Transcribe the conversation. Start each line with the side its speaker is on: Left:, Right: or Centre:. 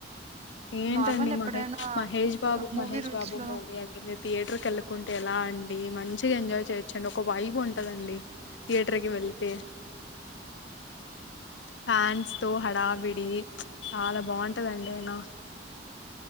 Left: ఏంటండి
Right: నార్మల్ ఎప్పుడైనా
Left: మహేష్ మహేష్ బాబు
Right: మూవీ
Left: మహేష్
Right: రూల్స్
Left: బాబు
Right: లో
Left: మూవీ అండి మీరు థియేటర్కెళ్ళకుంటే ఎలా అం మంచిగా ఎంజాయ్ చేయొచ్చండి ఒక వైబొ ఉంటదండి థియేటర్ కి వెళితే ఫ్యాన్స్ తో హడావిడి చాలా బావుంటందండి అయినా